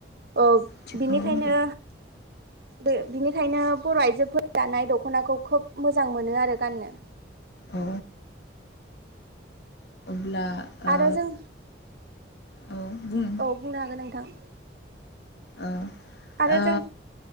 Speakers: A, on the right (about 55°); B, on the left (about 65°).
A: अ'
B: थिगखौनो
A: बिनिखायनो
B: बुंदों
A: बे बिनिखायनो बर' आइजोफोरा दानाय दख'नाखौ खोब मोजां मोनो आरो गाननो।
B: औ अब्ला ओ
A: आरो जों
B: औ बुं
A: औ बुंनो हागोन नोंथां।
B: ओ
A: आरो
B: ओ
A: जों